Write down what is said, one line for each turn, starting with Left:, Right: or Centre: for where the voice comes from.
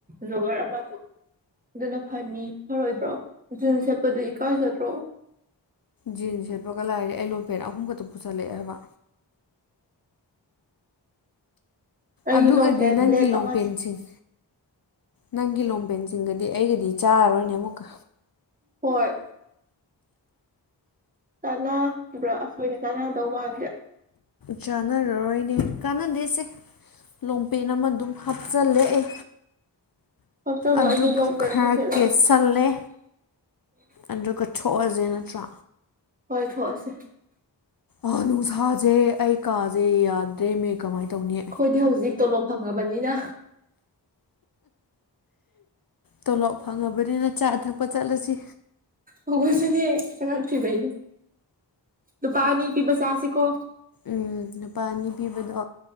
Right: ꯖꯣꯒꯔ ꯑꯃꯗꯨꯁꯨ ꯑꯗꯨꯅ ꯐꯅꯤ ꯐꯔꯣꯏꯗ꯭ꯔꯣ ꯖꯤꯟ ꯁꯦꯠꯄꯗꯨ ꯏꯀꯥꯏꯖꯗ꯭ꯔꯣ
Left: ꯖꯤꯟꯁ ꯁꯦꯠꯄꯒ ꯂꯥꯏꯔꯤ ꯑꯩ ꯂꯣꯟ ꯄꯦꯟ ꯑꯍꯨꯝꯒꯇꯨ ꯄꯨꯁꯜꯂꯛꯑꯦ ꯍꯥꯏꯕ
Right: ꯑꯩꯒꯤ
Left: ꯑꯗꯨꯒꯗꯤ
Right: ꯂꯣꯡꯄꯦꯟ
Left: ꯅꯪꯒꯤ
Right: ꯕ꯭ꯂꯦꯛ
Left: ꯂꯣꯡꯄꯦꯟꯁꯤꯡ
Right: ꯑꯃ
Left: ꯅꯪꯒꯤ ꯂꯣꯡꯄꯦꯟꯁꯤꯡꯒꯗꯤ ꯑꯩꯒꯗꯤ ꯆꯥꯔꯔꯣꯏꯅꯦ ꯑꯃꯨꯛꯀ
Right: ꯍꯣꯏ ꯆꯥꯟꯅꯕ꯭ꯔꯥ ꯑ ꯑꯈꯣꯏꯅꯤ ꯆꯥꯟꯅꯗꯧ ꯃꯥꯟꯗꯦ
Left: ꯆꯥꯟꯅꯔꯔꯣꯏꯅꯦ ꯀꯥꯟꯅꯗꯦꯁꯦ ꯂꯣꯡꯄꯦꯟ ꯑꯃ ꯗꯨꯝ ꯍꯥꯞꯆꯤꯜꯂꯦ ꯑꯩ
Right: ꯍꯣꯞꯆꯜꯂꯣ
Left: ꯑꯗꯨꯒ
Right: ꯑꯩꯁꯨ ꯂꯣꯡ ꯄꯦꯟ
Left: ꯈꯔ
Right: ꯑꯃ ꯁꯦꯠꯂꯨꯒꯦ
Left: ꯀꯦꯁꯜꯂꯦ ꯑꯗꯨꯒ ꯊꯣꯛꯑꯁꯦ ꯅꯠꯇ꯭ꯔꯣ
Right: ꯍꯣꯏ ꯊꯣꯛꯑꯁꯦ
Left: ꯑ ꯅꯨꯡꯁꯥꯖꯦ ꯑꯩ ꯀꯥꯁꯦ ꯌꯥꯗ꯭ꯔꯦꯅꯦ ꯀꯃꯥꯏꯅ ꯇꯧꯅꯤ
Right: ꯑꯩꯈꯣꯏꯗꯤ ꯍꯧꯖꯤꯛ ꯇꯣꯂꯣꯞ ꯐꯪꯉꯕꯅꯤꯅ
Left: ꯇꯣꯂꯣꯞ ꯐꯪꯉꯕꯅꯤꯅ ꯆꯥ ꯊꯛꯄ ꯆꯠꯂꯁꯤ
Right: ꯍꯧꯈꯣꯏꯁꯨꯅꯦ ꯆꯥꯉꯛꯇ꯭ꯔꯤ ꯕꯩꯅꯦ ꯂꯨꯄꯥ ꯑꯅꯤ ꯄꯤꯕ ꯆꯥꯁꯤꯀꯣ
Left: ꯎꯝ ꯅꯨꯄꯥ ꯑꯅꯤ ꯄꯤꯕꯗꯣ